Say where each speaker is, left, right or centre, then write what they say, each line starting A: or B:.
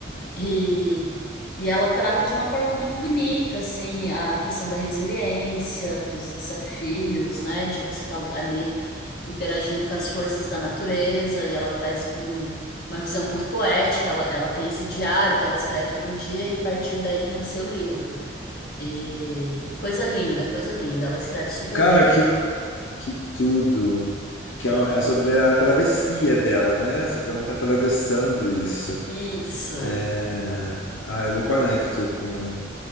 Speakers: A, on the left; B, on the left.
A: E, e ela trata de uma forma muito bonita, assim, a questão da resiliência, dos desafios, né? De você estar ali interagindo com as forças da natureza, e ela traz um- uma visão muito poética. Ela, ela tem esse diário que ela escreve todo dia, e a partir daí que nasceu o livro. E coisa linda, coisa linda. Ela escreve super
B: Cara,
A: bem.
B: que, que tudo. Que é, um- é sobre a travessia dela, né? Sobre como ela tá atravessando isso.
A: Isso,
B: É... Ah, eu me conecto com